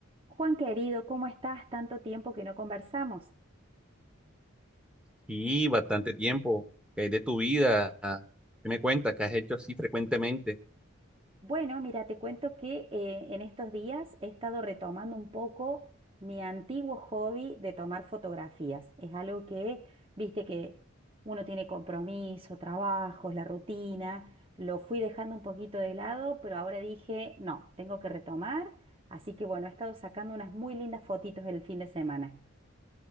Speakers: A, on the right; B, in the centre.
A: Juan querido, ¿cómo estás? Tanto tiempo que no conversamos.
B: Y bastante tiempo, que hay de tu vida? ¿Qué me cuentas? ¿Qué has hecho así frecuentemente?
A: Bueno, mira, te cuento que eh, en estos días he estado retomando un poco mi antiguo hobby de tomar fotografías. Es algo que, viste que uno tiene compromiso, trabajos, la rutina. Lo fui dejando un poquito de lado, pero ahora dije, no, tengo que retomar. Así que bueno, he estado sacando unas muy lindas fotitos el fin de semana.